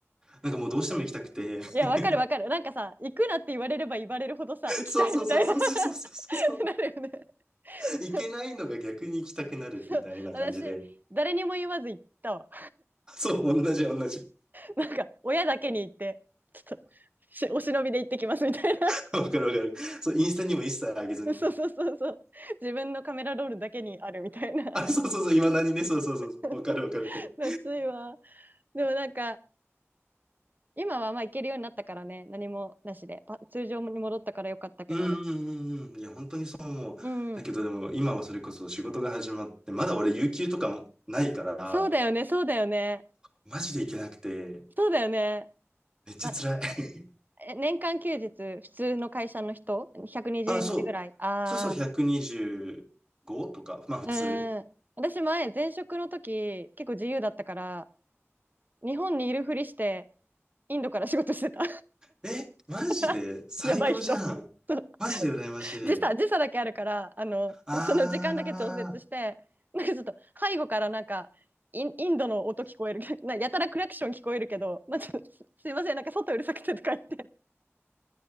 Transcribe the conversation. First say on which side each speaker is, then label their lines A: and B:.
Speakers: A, on the right; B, on the right.
A: なんかもうどうしても行きたくて、<laughs>
B: いや、わかるわかる。なんかさ、行くなって言われれば言われるほどさ、
A: そうそうそうそうそうそうそうそう。
B: 行きたいみたいな <laughs> なるよね。
A: 行けないのが逆に行きたくなるみたいな感じで。
B: そうそう。私、誰にも言わず行ったわ。
A: そう、同じ同じ。
B: なんか、親だけに行って、ちょっと、しお忍びで行ってきますみたいな。
A: <laughs> わかるわかる。そう、インスタにも一切上げずに。
B: <laughs> そうそうそうそう。自分のカメラロールだけにあるみたいな。
A: <laughs> あ、そうそうそう、今何ね、そうそうそうそう、
B: <laughs>
A: わかるわかるわかる。
B: 夏いわ。でもなんか、今はまあ行けるようになったからね、何もなしで、パ通常に戻ったからよかったけど。
A: うんうんうんうん。いや、本当にそう思う。
B: うん。
A: だけどでも、今はそれこそ仕事が始まって、まだ俺、有給とかもないから、
B: そうだよね、そうだよね。
A: マジで行けなくて、
B: そうだよね。
A: めっちゃ辛い。
B: ま、え年間休日、普通の会社の人、120日ぐらい。
A: <laughs> あ、そう。
B: ああ、
A: そうそう、125とか、まあ普通。
B: うん。私前、前職の時、結構自由だったから、日本にいるふりして、インドから仕事してた。
A: え、マジで最高じゃん。
B: <laughs> やばい人。そう
A: マジで羨ましい。
B: 時差、時差だけあるから、あの、
A: あー。
B: その時間だけ調節して、なんかちょっと背後からなんか、イン、インドの音聞こえる、<laughs> なやたらクラクション聞こえるけど、まあ、ちょっとすすいません、なんか外うるさくてとか言って、